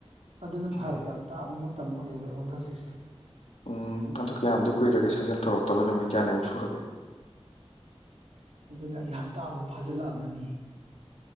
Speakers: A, on the right; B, on the left.
A: ꯑꯗꯨꯅ
B: ꯎꯝ
A: ꯐꯔꯛ ꯌꯥꯝ ꯇꯥꯕ ꯃꯇꯝ ꯑꯣꯏꯔꯦꯕ ꯑꯩꯉꯣꯟꯗ ꯍꯧꯖꯤꯛꯁꯦ
B: ꯎꯝ ꯑꯗꯨ ꯀꯌꯥꯝꯗꯤ ꯀꯨꯏꯔꯒꯦ ꯁꯥꯖꯦꯜ ꯇꯧꯔꯛꯇꯕ ꯅꯨꯃꯤꯠ ꯀꯌꯥꯅꯤꯃꯨꯛ ꯁꯨꯔꯒꯦ
A: ꯑꯗꯨꯅꯦ ꯑꯩ ꯍꯞꯇꯥꯃꯨꯛ ꯐꯥꯖꯤꯜꯂꯛꯑꯝꯃꯅꯤꯌꯦ